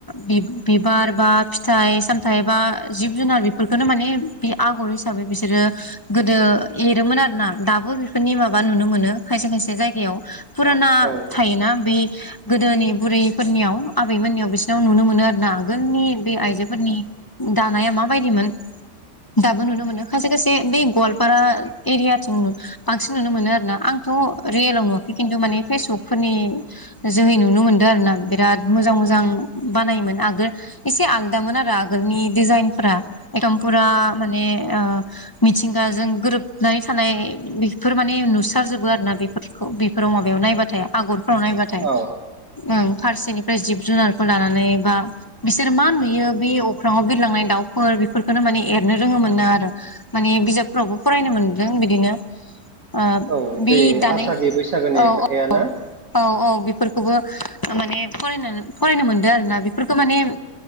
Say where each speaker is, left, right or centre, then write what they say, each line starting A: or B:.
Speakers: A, on the left (about 25°); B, on the right (about 50°).
A: बि-बिबार बा फिथाइ सामथाइ बा जिब जुनार बेफो बेखौनो माने बे आगर हिसाबै बिसोरो गोदो एरोमोन आरोना दाबो बेफोरनि माबा नुनो मोनो खायसे खायसे जायगायाव फुराना
B: औ
A: थायोना बे गोदोनि बुरै फोरनियाव आबैमोननियाव बिसिनियाव नुनो मोनो आरो ना आगोलनि बे आइजोफोरनि दानाया माबायदिमोन दाबो नुनो मोनो खायसे खायसे बे गवालपारा एरियाथिं बांसिन नुनो मोनो आरना आंथ' रियेलाव नुवाखै खिन्थु माने फेसबुकफोरनि जोहै नुनो मोनदों आरोना बिराद मोजां मोजां बानायोमोन आगोल एसे आलदामोन आरो आगोलनि डिजाइनफोरा एदम फुरा माने ओ मिथिंगाजों गोरोबनानै थानाय बेफोर माने नुसार जोबो आरोना बेफोर खौ बेफोराव माबायाव नायबाथाय आगरफ्राव नायबाथाय
B: औ
A: उम फारसेनिफ्राय जिब जुनारखौ लानानै बा बिसोर मा नुयो बे अख्राङाव बिरलांनाय दाउफोर बेफोरखौनो माने एरनो रोङोमोनो आरो माने बिजाबफोरावबो फरायनो मोनदों बिदिनो ओ
B: औ
A: बे दानाय
B: आसागि बैसागोनि
A: औ औ
B: खोथाया
A: औ
B: ना
A: औ औ बेफोरखौबो माने फरायनो फरायनो मोनदों आरो ना बेफोरखौ माने